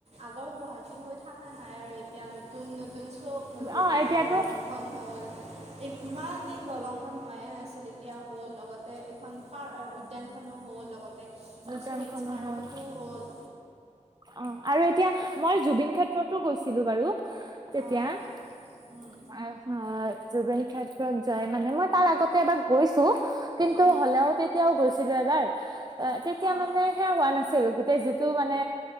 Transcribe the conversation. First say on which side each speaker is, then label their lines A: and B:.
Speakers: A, on the right; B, on the right.
A: আগৰ গুৱাহাটী হৈ থকা নাই আৰু এতিয়া, নতুন নতুন, চব নতুন।
B: অ
A: এতিয়া
B: এতিয়াতো
A: দলংখন হ'ল, ইমান দিন দলংখন হোৱাই নাছিলে এতিয়া হ'ল, লগতে এইখন পা অ উদ্যানখনো হ'ল লগতে চ'ত
B: উদ্যানখনো
A: মাৰ্কেটটো।
B: হ'ল অ আৰু এতিয়া, মই জুবিন ক্ষেত্ৰতো গৈছিলোঁ বাৰু। তেতিয়া
A: অঁ
B: আ।
A: উম
B: অ', জুবিন ক্ষেত্ৰত যাই, মানে, মই তাৰ আগতে এবাৰ গৈছোঁ। কিন্তু
A: উম
B: হ'লেও, তেতিয়াও গৈছিলোঁ এবাৰ। অ', তেতিয়া,
A: অঁ
B: মানে, সেয়া হোৱা নাছিল গোটেই, যিটো, মানে